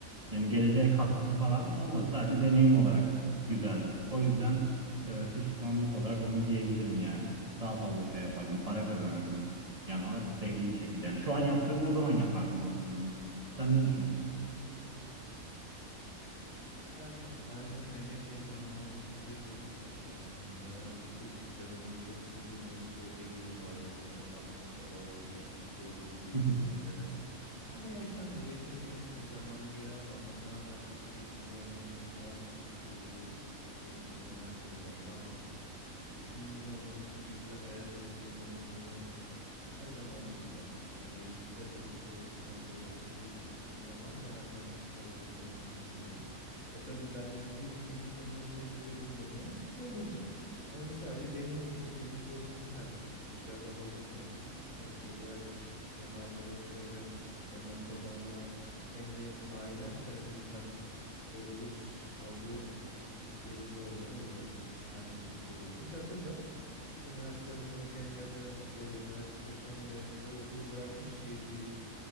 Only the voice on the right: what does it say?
yani geleceğe katkısı falan olmadı. Sadece deneyim olarak güzeldi. O yüzden e, pişmanlık olarak onu diyebilirim yani. Daha fazla şey yapardım, para kazanırdım yani ama sevdiğim şekilde. Yani şu an yaptığımı o zaman yapardım aslında yani. Sen ne düşünüyorsun?
<laughs>